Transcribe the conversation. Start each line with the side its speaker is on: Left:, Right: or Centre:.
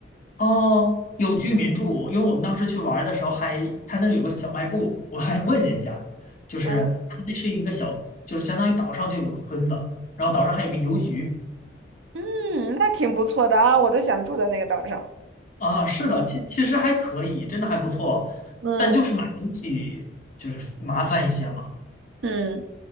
Left: 哦，有居民住，因为我们当时去玩儿的时候还，他那儿有个小卖部，我还问人家，就是他那是一个小，
Right: 嗯
Left: 就是相当于岛上就有个村子，然后岛上还有个邮局
Right: 嗯，那挺不错的啊，我都想住在那个岛上。
Left: 啊，是的，其其实还可以，真的还不错，
Right: 嗯
Left: 但就是买东西就是麻烦一些嘛。
Right: 嗯，